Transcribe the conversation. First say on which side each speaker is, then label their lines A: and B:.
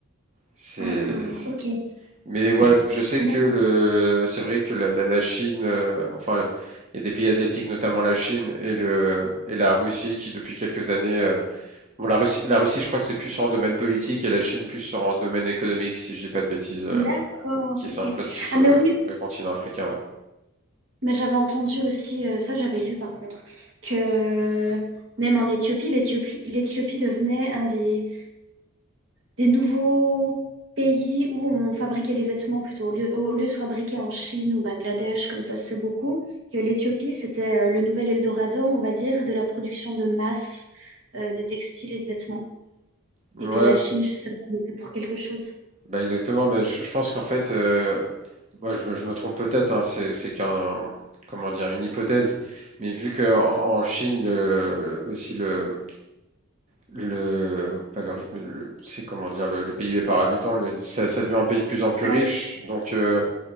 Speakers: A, on the right (about 30°); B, on the right (about 65°).
A: c'est.
B: Ah, ok.
A: Mais ouais, je sais
B: Ah
A: que
B: non.
A: le, c'est vrai que la, la, la Chine, euh, enfin, il y a des pays asiatiques, notamment la Chine et le et la Russie, qui depuis quelques années, euh, bon, la Russie, la Russie, je crois que c'est plus sur un domaine politique et la Chine plus sur un domaine économique, si je dis pas de bêtises, euh,
B: D'accord,
A: qui
B: ok.
A: s'implotent sur
B: Ah mais
A: le,
B: oui,
A: le continent africain. Ouais,
B: mais j'avais entendu aussi, euh, ça j'avais lu par contre, que même en Éthiopie, l'Éthiopie, l'Éthiopie devenait un des Des nouveaux pays où on fabriquait les vêtements plutôt, au lieu, au lieu de fabriquer en Chine ou Bangladesh, comme ça se fait beaucoup, que l'Éthiopie, c'était euh, le nouvel Eldorado, on va dire, de la production de masse euh, de textiles et de vêtements,
A: ouais,
B: et que la Chine, justement, était pour quelque chose.
A: Bah exactement, bah, je, je pense qu'en fait, euh, moi je me, je me trompe peut-être, hein, c'est, c'est qu'un, comment dire, une hypothèse, mais vu que en, en Chine, le, aussi le, le, pas le rythme, le- c'est comment dire, le, le PIB par habitant, le, ça, ça devient un pays de plus en plus riche,
B: Ah oui.
A: donc euh,